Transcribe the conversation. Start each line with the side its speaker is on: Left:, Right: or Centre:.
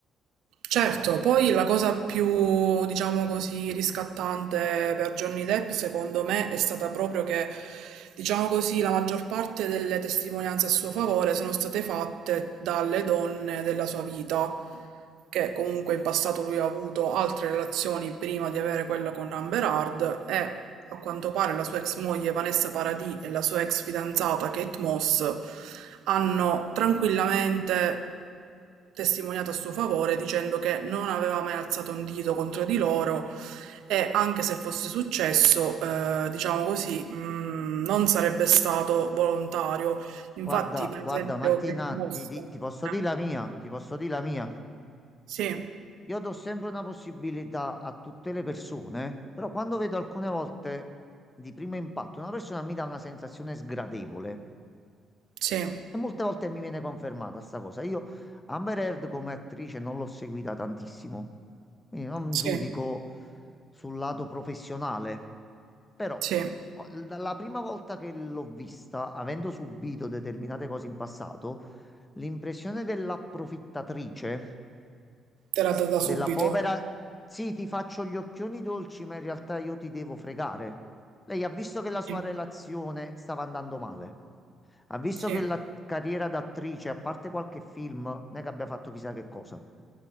Right: Certo, poi la cosa più, diciamo così, riscattante per Johnny Depp, secondo me, è stata proprio che, diciamo così, la maggior parte delle testimonianze a suo favore sono state fatte dalle donne della sua vita, che comunque in passato lui ha avuto altre relazioni prima di avere quella con Amber Heard e a quanto pare la sua ex moglie Vanessa Paradis e la sua ex fidanzata Kate Moss hanno tranquillamente testimoniato a suo favore dicendo che non aveva mai alzato un dito contro di loro e anche se fosse successo, eh, diciamo così, mh, non sarebbe stato volontario. Infatti,
Left: Guarda,
Right: per
Left: guarda
Right: esempio,
Left: Martina,
Right: che mossa?
Left: ti, di-
Right: Eh,
Left: ti posso dire la mia, ti posso dire la mia.
Right: sì,
Left: Io do sempre una possibilità a tutte le persone, però quando vedo alcune volte di primo impatto una persona mi dà una sensazione sgradevole
Right: sì,
Left: e molte volte mi viene confermata sta cosa. Io Amber Heard come attrice non l'ho seguita tantissimo, quindi non
Right: sì,
Left: giudico sul lato professionale. Però,
Right: sì,
Left: o- dalla prima volta che l'ho vista, avendo subito determinate cose in passato, l'impressione dell'approfittatrice,
Right: te l'ha data
Left: della
Right: subito.
Left: povera, sì, ti faccio gli occhioni dolci, ma in realtà io ti devo fregare. Lei ha visto che la
Right: Sì,
Left: sua relazione stava andando male. Ha visto
Right: sì,
Left: che la carriera d'attrice, a parte qualche film, non è che abbia fatto chissà che cosa. Ha